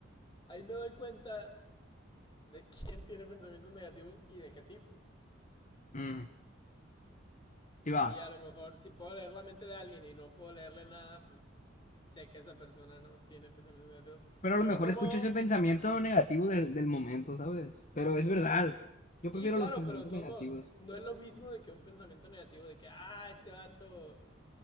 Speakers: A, on the left; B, on the left.
A: ahí me doy cuenta de quién tiene pensamientos negativos y de qué tipo.
B: Mm, sí va.
A: Y a lo mejor, si puedo leer la mente de alguien y no puedo leerle nada, pues sé que esa persona no tiene pensamientos negativos.
B: Pero
A: De
B: a lo
A: otro
B: mejor escuchas
A: modo,
B: el pensamiento negativo del, del momento, ¿sabes? Pero es verdad. Yo
A: sí,
B: prefiero
A: claro,
B: los pensamientos
A: pero de todos
B: negativos.
A: modos, no es lo mismo de que un pensamiento negativo de que, ah, este vato